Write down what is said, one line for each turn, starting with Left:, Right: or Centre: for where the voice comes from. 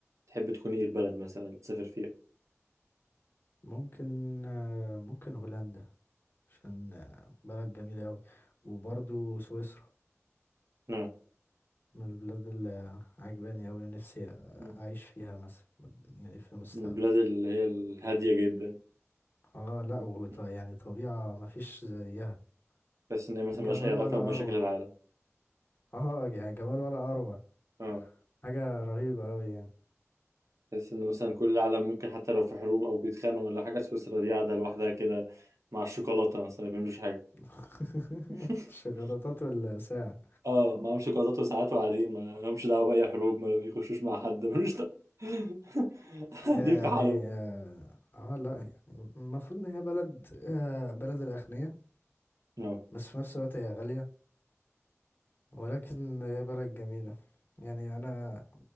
Right: تحب تكون ايه البلد مثلا اللي تسافر فيها
Left: ممكن ممكن هولندا عشان بلد جميلة أوي وبرضو سويسرا
Right: اه
Left: من البلاد اللي عجباني أوي ونفسي
Right: مم.
Left: أعيش فيها مثلا يعني في المستقبل
Right: من البلاد اللي هي الهادية جدا
Left: اه لا وط-
Right: مم.
Left: يعني طبيعة مفيش زيها
Right: بس ان هي مثلا
Left: جمال
Right: ملهاش اي علاقة
Left: ولا
Right: بمشاكل
Left: أروع
Right: العالم
Left: اه يعني جمال ولا أروع
Right: اه
Left: حاجة رهيبة أوي يعني
Right: بس ان مثلا كل العالم ممكن حتى لو في حروب او بيتخانقوا ولا حاجة سويسرا دي قاعدة لوحدها كده مع الشوكولاتة مثلا ما بيعملوش حاجة
Left: <laughs>
Right: <laughs>
Left: الشوكولاتات والساعة
Right: اه معاهم شوكولاتات وساعات وقاعدين ما لهمش دعوة بأي حروب ما بيخشوش مع حد ملوش دعوة <laughs>
Left: هي
Right: قاعدين في
Left: يعني
Right: حالهم
Left: اه آه، لا يعني المفروض ان هي بلد آه بلد الاغنياء
Right: اه
Left: بس في نفس الوقت هي غالية ولكن هي بلد جميلة يعني انا